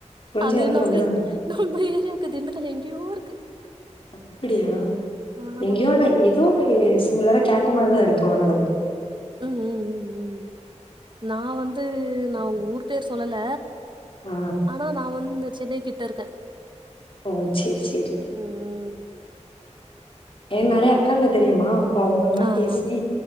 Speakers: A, on the left; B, on the right.
A: கொஞ்சம்
B: அது
A: எனக்கு
B: நம்பி
A: அப்டிதான்.
B: நம்ம ஏரியாக்கு திண்டுக்கல் எங்கயோ இருக்கு
A: அப்படியா
B: ஆ ம்
A: எங்கயோ நா ஏதோ சிமிலரா கேட்ட மாரிதா இருக்கு ஓரளவு
B: ம் ம் ம் ம் நா வந்து நா ஊர் பேர் சொல்லல
A: ஆ.
B: ஆனா நா வந்து சென்னை கிட்ட இருக்க
A: ஓ சேர் சேரி
B: ம்
A: எ
B: ம்
A: நெறய அக்காங்க தெரியுமா அப்போ அவங்கெல்லா
B: ஆ
A: பேசி
B: ஆ